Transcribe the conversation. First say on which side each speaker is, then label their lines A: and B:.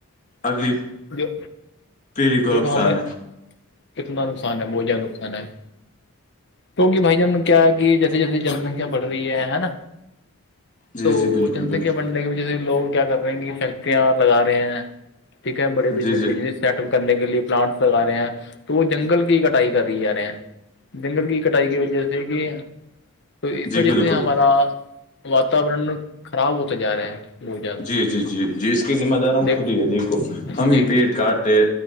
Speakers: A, on the left; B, on the left.
A: اگلی
B: جو
A: پیڑھی کو
B: دیکھو
A: نقصان
B: ہمیں
A: ہے
B: کتنا نقصان ہے بہت جیاد نقصان ہے کیونکہ بھائی جان کیا ہے کہ جیسے جیسے جن سنکھیا بڑ رہی ہے نا
A: جی
B: تو
A: جی بالکل
B: جن سنکھیا
A: بالکل
B: بننے کی وجہ سے لوگ کیا کر رہے ہیں کہ فیکٹریاں لگا رہے ہیں ٹھیک ہےڑے ب
A: جی جی
B: بجنس سیٹ اپ کرنے کے لیے پلانٹس لگا رہے ہیں تو وہ جنگل کی کٹائی کر دیے ج رہے ہیں جنگل کی کٹائی کی وجہ سے کہ تو اس
A: جی
B: وجہ
A: بالکل
B: سے ہمارا وااتورن خراب ہوتا جا رہا ہے بہت زیادہ
A: جی جی جی جی اس کی ذمہ دار ہم
B: دیکھ
A: خود ہی ہے دیکھو ہم ہی
B: جی
A: پیڑ کاٹ